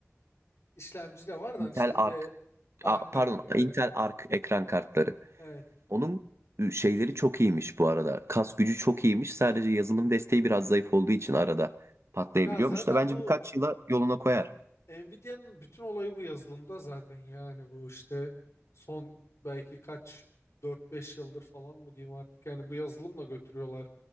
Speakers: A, on the left (about 70°); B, on the right (about 60°).
A: İşlemci de var da
B: Intel
A: hani işte
B: Arc,
A: bir de arka
B: a, pardon,
A: arka evet
B: Intel Arc ekran kartları.
A: evet.
B: Onun e, şeyleri çok iyiymiş bu arada. Kas gücü çok iyiymiş. Sadece yazılım desteği biraz zayıf olduğu için arada patlayabiliyormuş
A: Ya zaten
B: da bence
A: bu
B: birkaç yıla yoluna koyar.
A: Nvidia'nın bütün olayı bu yazılımda zaten yani bu işte son belki kaç dört beş yıldır falan mı diyeyim artık yani bu yazılımla götürüyorlar